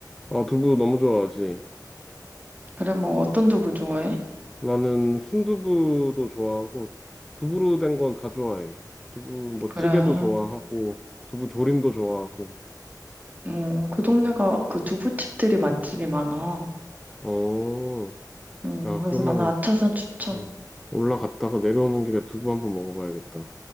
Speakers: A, in the centre; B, on the right.
A: 아, 두부 너무 좋아하지.
B: 그래, 뭐 어떤 두부 좋아해?
A: 나는 순두부도 좋아하고, 두부로 된 건 다 좋아해. 두부, 뭐,
B: 그래.
A: 찌개도 좋아하고, 두부 조림도 좋아하고.
B: 음, 그 동네가 그 두부집들이 맛집이 많아.
A: 어,
B: 음,
A: 야,
B: 그래서
A: 그러면은,
B: 나는 아차산 추천.
A: 음, 올라갔다가 내려오는 길에 두부 한번 먹어봐야겠다.